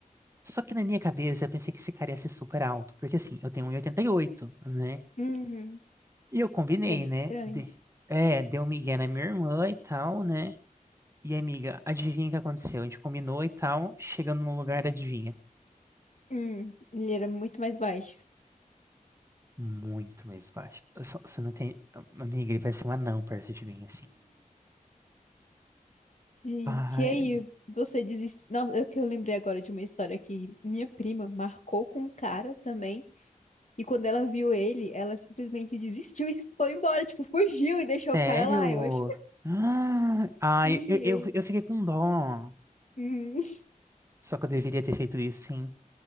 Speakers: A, on the right; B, on the left.
A: Só que na minha cabeça eu pensei que esse cara ia ser super alto, porque assim, eu tenho 1,88, né?
B: Uhum.
A: E eu combinei,
B: É
A: né?
B: grande.
A: De... É, deu um migué na minha irmã e tal, né? E amiga, adivinha o que aconteceu? A gente combinou e tal, chegando no lugar, adivinha?
B: Hum, ele era muito mais baixo.
A: Muito mais baixo. Eu só- Você não tem. Amiga, ele vai ser um anão perto de mim, assim.
B: Gente,
A: Ai,
B: e aí, você desiste? Nossa, eu que eu lembrei agora de uma história que minha prima marcou com um cara também. E quando ela viu ele, ela simplesmente desistiu e foi embora. Tipo, fugiu e deixou
A: Sério?
B: o cara lá. Eu acho
A: Ah, ai,
B: Sim,
A: eu, eu,
B: eu.
A: eu fiquei com dó.
B: Uhum.
A: Só que eu deveria ter feito isso, sim.